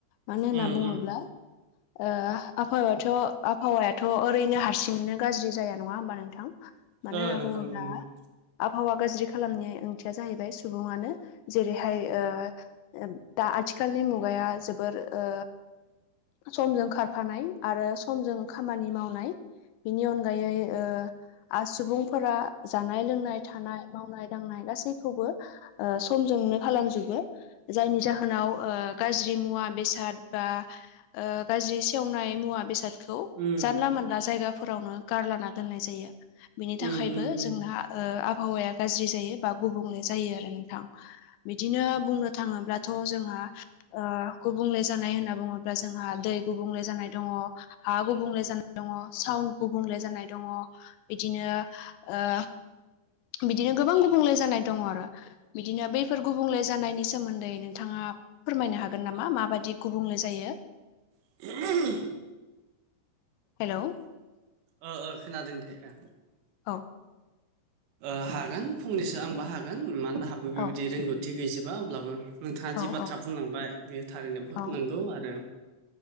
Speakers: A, on the left; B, on the right.
A: मानो होनना
B: उम
A: बुङोब्ला?
B: उम
A: ओ आबहावायाथ' आबहावायाथ' ओरैनो हारसिंङैनो गाज्रि जाया नङा होमबा नोंथां? मानो
B: ओ
A: ना
B: नंगौ
A: बुङोब्ला
B: नंगौ नंगौ
A: आबहावा गाज्रि खालामनाय ओंथिया जाहैबाय सुबुङानो जेरैहाय ओ दा आथिखालनि मुगाया जोबोर ओ समजों खारफानाय आरो समजों खामानि मावनाय। बिनि अनगायै ओ आ सुबुंफोरा जानाय लोंनाय थानाय मावनाय दांनाय गासैखौबो ओ समजोंनो खालामजोबो जायनि जाहोनाव ओ गाज्रि मुवा बेसाद बा ओ गाज्रि सेवनाय मुवा बेसाद खौ
B: उम
A: जानला मोनला जायगाफोरावनो गारलाना दोननाय जायो बिनि थाखायबो
B: उम उम उम
A: जोंना ओ आबहावाया गाज्रि जायो बा गुबुंले जायो आरो नोंथां। बिदिनो बुंनो थाङोब्लाथ' जोंहा ओ गुबुंले जानाय होनना बुङोब्ला जोंहा दै गुबुंले जानाय दङ'। हा गुबुंले जानाय दङ' साउन्ड गुबुंले जानाय दङ' बिदिनो ओ बिदिनो गोबां गुबुंले जानाय दङ' आरो बिदिनो बैफोर गुबुंले जानायनि सोमोन्दै नोंथाङा फोरमायनो हागोन नामा माबादि गुबुंले जायो?
B: <inaudible>
A: हेलौ
B: ओ ओ खोनादों दे ओ
A: औ
B: ओ हागोन फंनैसो आंबो हागोन मानोना आंहाबो बेबायदि
A: औ
B: रोंगौथि गैजोबा अब्लाबो नोंथाङा जि
A: औ
B: बाथ्रा
A: औ
B: बुंलांबाय बेयो थारैनो बहुद
A: औ
B: नंगौ आरो